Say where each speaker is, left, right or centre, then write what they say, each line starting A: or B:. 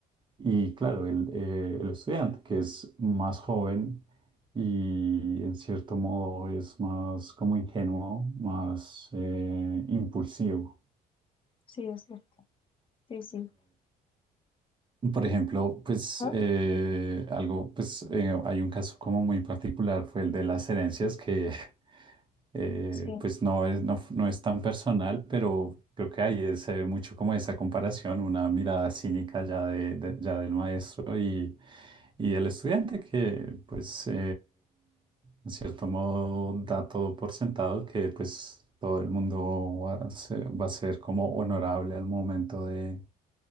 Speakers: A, on the right (about 30°); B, on the left (about 30°).
A: Y claro, el, eh, el estudiante que es más joven y en cierto modo es más como ingenuo, más eh, impulsivo.
B: Sí, es cierto. Sí, sí.
A: Por ejemplo, pues
B: ¿No?
A: eh, algo, pues eh, hay un caso como muy particular, fue el de las herencias que <laughs> eh,
B: Sí.
A: pues no es, no, f- no es tan personal, pero creo que ahí se ve mucho como esa comparación, una mirada cínica ya, de, de- ya del maestro y, y el estudiante que pues eh, en cierto modo, da todo por sentado que pues todo el mundo va a ser, va a ser como honorable al momento de,